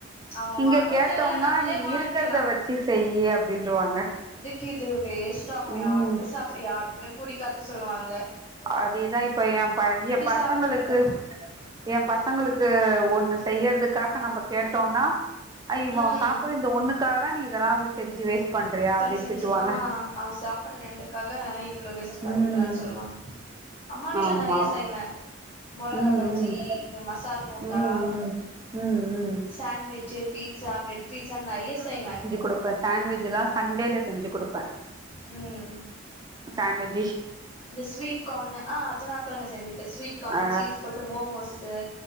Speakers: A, on the left (about 30°); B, on the right (about 20°).
A: அவங்க
B: இங்கெ
A: வாங்கவு
B: கேட்டோம்னா
A: தேவல்ல நம்மளே
B: நீ
A: வாங்கிக்கலா
B: இருக்குறத வச்சி செய்யி அப்டின்ருவாங்க
A: கிது வேஸ்ட்டாகு
B: ம்
A: யாருமே சாப்ற யாருக்குமே புடி க்காது சொல்வாங்க
B: அதேதா இப்ப ஏ பைய ஏ பசங்களுக்கு
A: சாப்புட்றது
B: ஏ ப சங்களுக்கு ஒண்ணு செய்யற்துக்காக நம்ம கேட்டோன்னா அ இவொ
A: ம்
B: சாப்புர்ற இந்த ஒண்ணுக்கா காகதா நீ இதெல்லா செஞ்சு வேஸ்ட் பண்றியா
A: இத்தன
B: அப்டின்னு
A: செஞ்சி
B: திட்டுவாங்க
A: ஆ அவ சாப்புர்ற ரெண்டுக்காக நா இவ்ளொவ் வேஸ்ட் பண்ட்டிங்ளான்
B: ம்
A: சொல்வாங்க அம்மா வீட்ல
B: ஆமா
A: நெறைய செய்வே மொளகா
B: ம்
A: பஜ்ஜி
B: ம்
A: இந்த மசால் போண்டா
B: ம் ம் ம் ம்
A: சாண் விஜ்ஜு பீட்ஸா ப்ரட் பீட்சான் நெறைய செய்வே
B: குடுப்ப சாண்ட்விஜ்லா சண்டேல செஞ்சு குடுப்ப
A: ம்
B: சாண்ட்விச்
A: இந்த ஸ்வீட் கார்ன் ஆ அதல்லா கூட நா செஞ்சிருக்க ஸ்வீட் கார்னு
B: அ
A: சீஸ் போட்டு மோமோஸு